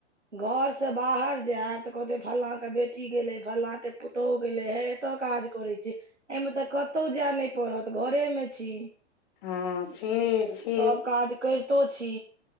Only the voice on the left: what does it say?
हँ छियै छियै